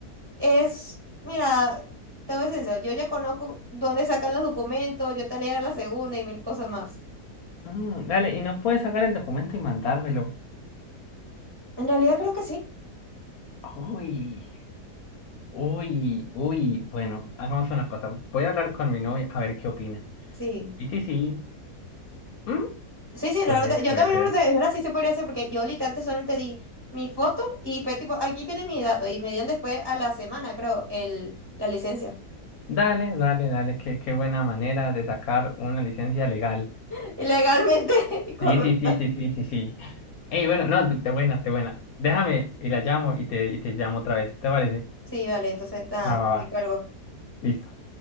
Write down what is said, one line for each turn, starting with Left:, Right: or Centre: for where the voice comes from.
Right: Es, mira, te voy a ser sincera, yo ya conozco dónde sacan los documentos, yo te leía la segunda y mil cosas más.
Left: Mm, dale, y no puedes sacar el documento y mandármelo.
Right: En realidad creo que sí,
Left: Uy. Uy, uy, bueno, hagamos una cosa. Voy a hablar con mi novia a ver qué opina.
Right: sí.
Left: Y sí, sí, ¿Mm?
Right: Sí, sí, realmente,
Left: Puede, puede
Right: yo también,
Left: ser.
Right: pensé, es verdad, sí se podría hacer, porque yo literalmente solamente di mi foto y fue tipo, aquí tiene mi dato, y me dieron después a la semana, creo, el, la licencia.
Left: Dale, dale, dale, qué, qué buena manera de sacar una licencia legal.
Right: <laughs> Ilegalmente, <laughs> corrupto.
Left: Sí, sí, sí, sí, sí, sí, sí. Ey, bueno, no, de, de buena, de buena. Déjame y la llamo y te, y te llamo otra vez, ¿te parece?
Right: Sí, vale, entonces, nada,
Left: Va, va, va.
Right: te cuelgo.
Left: Listo.